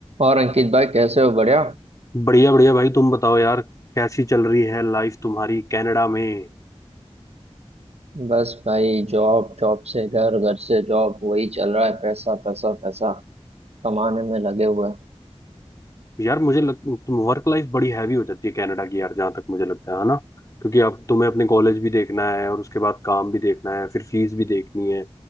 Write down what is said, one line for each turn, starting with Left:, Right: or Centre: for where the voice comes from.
Right: और अंकित भाई कैसे हो बढ़िया
Left: बढ़िया बढ़िया भाई तुम बताओ यार कैसी चल रही है लाइफ तुम्हारी कनाडा में
Right: बस भाई जॉब जॉब से घर घर से जॉब वही चल रहा है पैसा पैसा पैसा कमाने में लगे हुए हैं
Left: यार मुझे लग तुम वर्क लाइफ बड़ी हैवी हो जाती है कनाडा की यार जहाँ तक मुझे लगता है है ना क्योंकि अब तुम्हें अपने कॉलेज भी देखना है और उसके बाद काम भी देखना है फिर फीस भी देखनी है